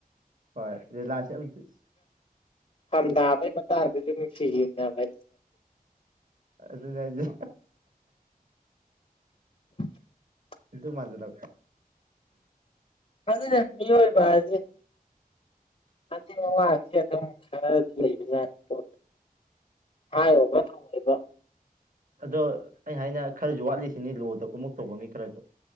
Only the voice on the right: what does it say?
ꯍꯣꯏ ꯂꯤꯂꯥꯁꯦ ꯑꯣꯇꯁ
ꯑꯗꯨꯅꯦ ꯍꯥꯏꯁꯦ
ꯑꯗꯨ ꯃꯖꯟ ꯂ
ꯑꯗꯣ ꯑꯩ ꯍꯥꯏꯅ ꯈꯔꯁꯨ ꯋꯥꯠꯂꯤꯁꯤꯅꯤ ꯂꯣꯗ ꯀꯃꯛ ꯇꯧꯕ ꯃꯤ ꯈꯔꯁꯨ